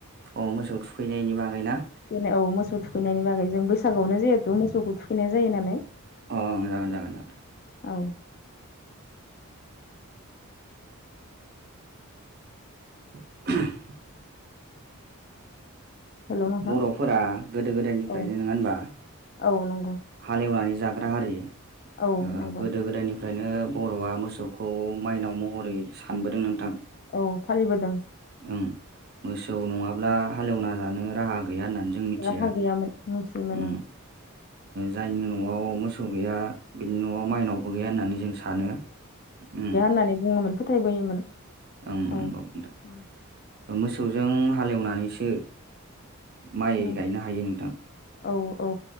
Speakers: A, on the right (about 45°); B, on the left (about 45°).
A: अ मोसौ थुखैनायनि बागै ना?
B: जेने औ मोसौ थुखैनायनि बागै जों बैसागोआवनो जिहेथु मोसौखौ थुखैनाय जायो नालाय।
A: अ जागोन जागोन जागोन।
B: औ
A: <unintelligible>
B: हेल' नोंथां
A: बर'फोरा गोदो गोदायनिफ्रायनो
B: औ
A: नोंङा होनबा
B: औ नंगौ
A: हाल एवनानै जाग्रा हारि ओ
B: औ नंगौ
A: गोदो गोदायनि- फ्रायनो बर'आ मोसौखौ माइनाव महरै सानबोदों नोंथां
B: औ फालिबोदों
A: ओं मोसौ नंङाब्ला हाल एवना जानो राहा गैया होननानै जों मिथियो
B: राहा गैयामोन मिथियोमोन
A: ओ जायनि न'आव मोसौ गैया बिनि न'आव
B: ओं
A: माइनावबो गैया होननानै जों सानो उम
B: नानै बुंङोमोन फोथायबोयोमोन
A: ओं
B: <unintelligible>
A: नंगौ नोंथां मोसौजों हाल एवनानैसो माइ
B: उम
A: गायनो हायो नोंथां
B: औ औ